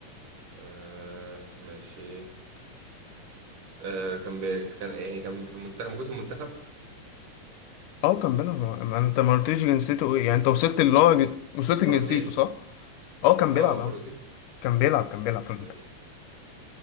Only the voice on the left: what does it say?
اه كان بيلعب ما انت ما قلتليش جنسيته ايه يعني انت وصلت اللي هو جن- وصلت
لجنسيته صح؟ اه كان بيلعب
اه
كان بيلعب كان بيلعب في المنتخب